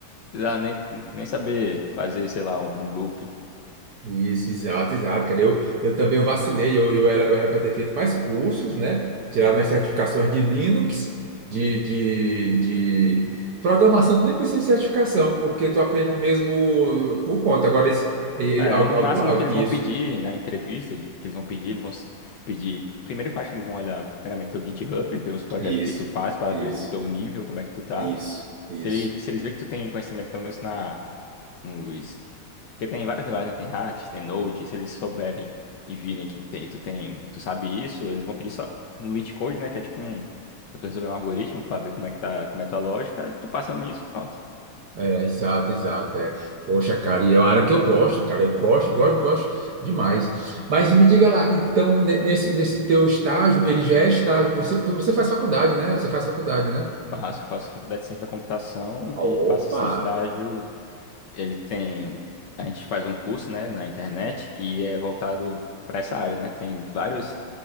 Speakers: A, on the left; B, on the right.
A: Precisar nem, nem saber fazer, sei lá, um loop.
B: Isso, exato, exato, cara. Eu, eu também vacilei, eu, eu era, eu era para ter feito mais cursos, né? Tirado as certificações de Linux, de, de, de programação, tu nem precisa de certificação, porque tu aprende mesmo por conta. Agora, esse, ele-
A: É,
B: al-
A: no
B: alguma,
A: máximo
B: al-
A: que eles
B: isso,
A: vão pedir na entrevista, de- que eles vão pedir, eles vão se- pedir. Primeiro que eu acho que eles vão olhar, primeiramente, teu GitHub, ver os projetos
B: isso,
A: que tu faz para
B: isso,
A: ver o teu nível, como é que tu tá.
B: isso, isso.
A: Se eles, se eles verem que tu tem conhecimento, pelo menos na, nos. Porque tem várias linguagens, né? Tem React, tem Node. Se eles souberem e virem que tem, tu tem, tu sabe isso, eles vão pedir só um leet code, né? Que é tipo um. Pra tu resolver um algoritmo pra ver como é que tá, como é a tua lógica, e tu passa nisso, pronto.
B: É, exato, exato. É. Poxa, cara, e é uma área que eu gosto, cara. Eu gosto, gosto, gosto demais. Mas
A: Uhum.
B: me diga lá, então, ne- nesse, nesse teu estágio, ele já é estágio. Você, então você faz faculdade, né? Você faz faculdade, né?
A: Faço, faço faculdade de ciência da computação
B: Ah,
A: e
B: Opa!
A: faço esse estágio. Ele tem. A gente faz um curso, né, na internet que é voltado para essa área, né? Tem vários,